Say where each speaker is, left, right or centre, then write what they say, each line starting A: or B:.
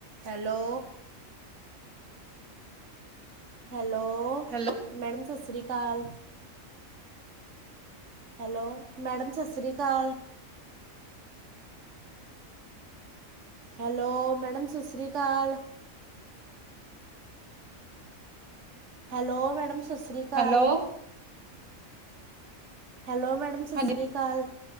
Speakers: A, on the right; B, on the right.
A: Hello. Hello,
B: hello,
A: madam ਸਸ ਸ੍ਰੀ ਕਾਲ। ਹੈਲੋ, ਮੈਡਮ ਸਸ ਸ੍ਰੀ ਕਾਲ। ਹੈਲੋ, ਮੈਡਮ ਸਸ ਸ੍ਰੀ ਕਾਲ। ਹੈਲੋ, ਮੈਡਮ ਸਤਿ ਸ੍ਰੀ ਕਾਲ।
B: ਹੈਲੋ
A: ਹੈਲੋ, ਮੈਡਮ ਸਤਿ
B: ਹਾਂਜੀ
A: ਸ੍ਰੀ ਕਾਲ,